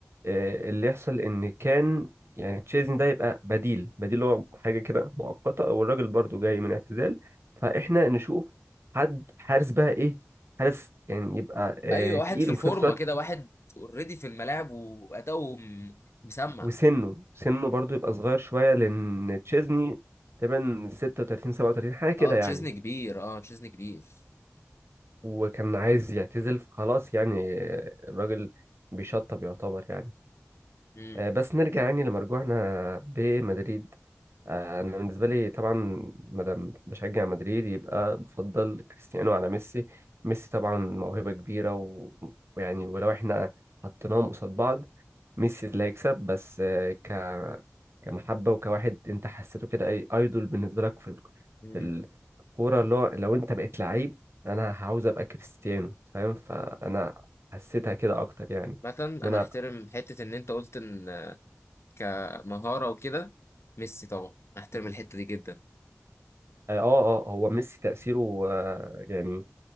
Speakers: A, on the right; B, on the left.
A: آه، اللي يحصل ان كان يعني تشيزني ده يبقى بديل بديل هو حاجه كده مؤقته والراجل برضو جاي من اعتزال فاحنا نشوف حد حارس بقى ايه حارس يعني يبقى آه،
B: ايوه
A: تقيل
B: واحد في
A: وفي
B: الفورمه
A: نفس الوقت
B: كده واحد اوريدي في الملاعب واداؤه م- مسمع
A: وسنه سنه برضو يبقى صغير شويه لان تشيزني تقريبا 36 37 حاجه كده
B: اه
A: يعني
B: تشيزني كبير اه تشيزني كبير
A: وكان عايز يعتزل فخلاص يعني الراجل بيشطب يعتبر يعني
B: امم
A: آه، بس نرجع يعني لمرجوعنا بمدريد آه، انا بالنسبه لي طبعا مادام بشجع مدريد يبقى بفضل كريستيانو على ميسي ميسي طبعا موهبه كبيره و- ويعني ولو احنا حطيناهم قصاد بعض ميسي اللي هيكسب بس آه، ك كمحبة وكواحد انت حسيته كده اي ايدول بالنسبة لك في ال...
B: امم
A: في ال- الكورة اللي هو لو انت بقيت لعيب انا هعوز ابقى كريستيانو فاهم فانا حسيتها كده اكتر يعني
B: مثلا
A: ان
B: انا
A: انا
B: احترم
A: ابقى
B: حته ان انت قلت ان كمهاره وكده ميسي طبعا انا احترم الحته دي جدا
A: اه اه آه، هو ميسي تأثيره آه يعني